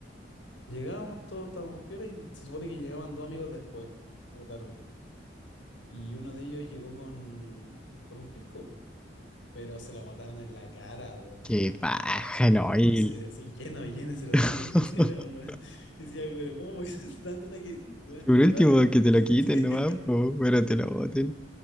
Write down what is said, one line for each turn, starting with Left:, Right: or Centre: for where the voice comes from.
Left: Llegamos, todos estábamos piola y se supone que llegaban dos amigos después, como tarde. Y uno de ellos llegó con, con un pisco, po, pero se lo botaron en la cara, po,
Centre: qué
Left: weón.
Centre: baja, no,
Left: Sí,
Centre: y...
Left: pero se- así lleno, lleno, se lo botaron
Centre: <laughs>
Left: <laughs> entero, weón. Y decía, pero ¿cómo voy <laughs> tanto para que weón,
Centre: que por
Left: llevar
Centre: último
Left: un pisco
Centre: que te lo
Left: entero?
Centre: quiten nomás, pues,
Left: <laughs>
Centre: pero te lo boten.